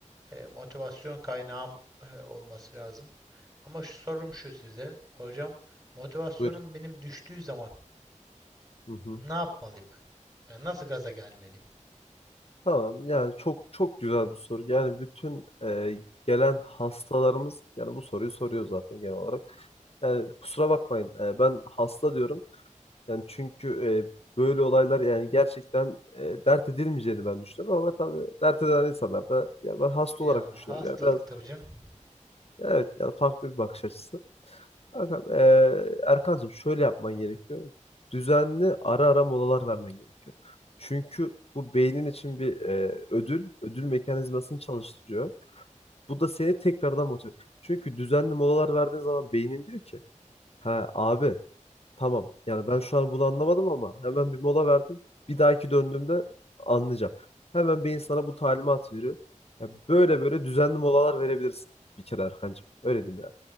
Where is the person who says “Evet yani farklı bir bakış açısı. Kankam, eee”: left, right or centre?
Left